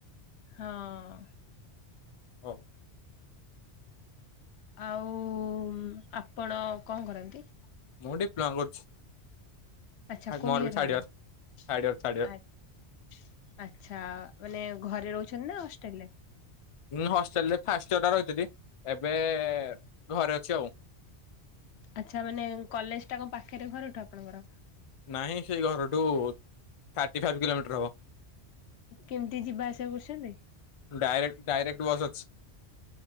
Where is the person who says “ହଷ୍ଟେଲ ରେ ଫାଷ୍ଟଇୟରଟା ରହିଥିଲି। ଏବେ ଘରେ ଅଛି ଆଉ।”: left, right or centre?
Left